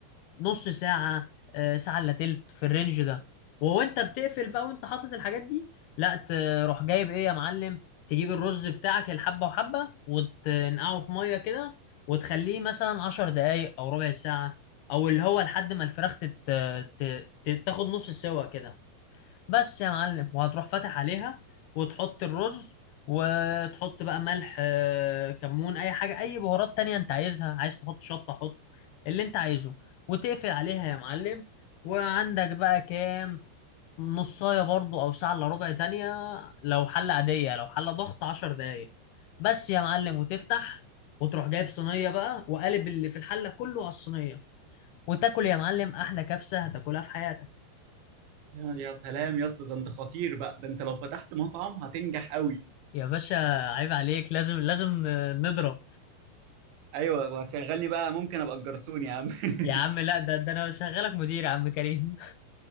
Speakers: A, on the left; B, on the right.
A: نص ساعة آه، ساعة الا تلت في الرينج ده وانت بتقفل بقى وانت حاطط الحاجات دي لا تروح جايب ايه يا معلم تجيب الرز بتاعك الحبة وحبة وتنقعه في مية كده وتخليه مثلا عشر دقايق او ربع ساعة او اللي هو لحد ما الفراخ تت... ت... ت- تاخد نص سوا كده بس يا معلم وهتروح فاتح عليها وتحط الرز وتحط بقى ملح آه، كمون اي حاجه اي بهارات تانية انت عايزها عايز تحط شطه حط اللي انت عايزه وتقفل عليها يا معلم وعندك بقى كام نصايه برضو او ساعه الا ربع تانية لو حله عاديه لو حله ضغط عشر دقايق بس يا معلم وتفتح وتروح جايب صينيه بقى وقالب اللي في الحله كله على الصينيه وتاكل يا معلم
B: يا سلام.
A: احلى كبسه هتاكلها في حياتك
B: يا يا سلام يا اسطى ده انت خطير بقى ده انت لو فتحت مطعم هتنجح قوي
A: يا باشا عيب عليك لازم لازم نضرب
B: ايوه وهتشغلني بقى ممكن ابقى الجرسون يا عم
A: يا عم
B: <laughs>
A: لا ده ده انا شغالك مدير يا عم كريم